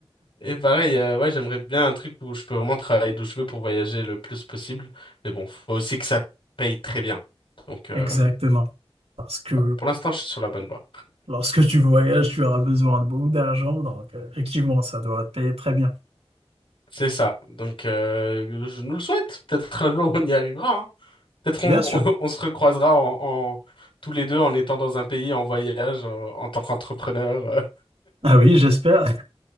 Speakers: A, on the left (about 60°); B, on the right (about 80°).
A: Et pareil, euh, ouais, j'aimerais bien un truc où je peux vraiment travailler d'où je veux pour voyager le plus possible. Mais bon, faut aussi que ça paye très bien. Donc, euh,
B: Exactement. Parce que
A: pour l'instant, je suis sur la bonne voie.
B: lorsque tu voyages, tu auras besoin de beaucoup d'argent. Donc, euh, effectivement, ça doit te payer très bien.
A: C'est ça. Donc, euh, je nous le souhaite. Peut-être un jour, on y arrivera. hein. Peut-être on,
B: Bien
A: <laughs>
B: sûr.
A: on, on se recroisera en, en- tous les deux en étant dans un pays, en voyage, en, en tant qu'entrepreneur.
B: Ah oui, j'espère.